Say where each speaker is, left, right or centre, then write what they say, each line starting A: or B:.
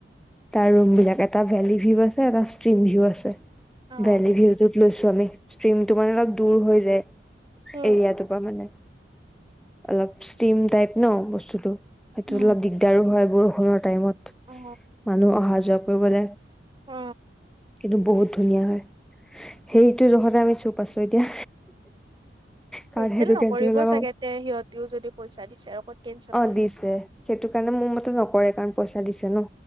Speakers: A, in the centre; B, on the right.
A: তাৰ ৰুম বিলাক এটা ভেলি ভিউ আছে এটা ষ্ট্ৰিম ভিউ আছে।
B: অ
A: ভেলি ভিউটো লৈছো আমি ষ্টিমটো মানে অলপ দূৰ হৈ যায়।
B: উম
A: এৰিয়াটো পৰা মানে, অলপ ষ্টিম টাইপ ন বস্তুটো। সেইটোল
B: উম
A: অলপ দিগদাৰো হয় বৰষুণৰ টাইমত
B: অ
A: মানুহ অহা যোৱা কৰিবলে।
B: অ।
A: কিন্তু বহুত ধুনীয়া হয়, সেইটো দখতে আমি চুপ আছো এতিয়া। কাৰণ
B: কেনচেল
A: সেইটো
B: নকৰিব
A: হলে আমাৰ
B: চাগে তে সিহঁতেও যদি পইচা দিছে ক'ত কেনচেল
A: অ
B: কৰিব
A: দিছে সেইটো কাৰণে মোৰ মতে নকৰে কাৰণ পইচা দিছে ন।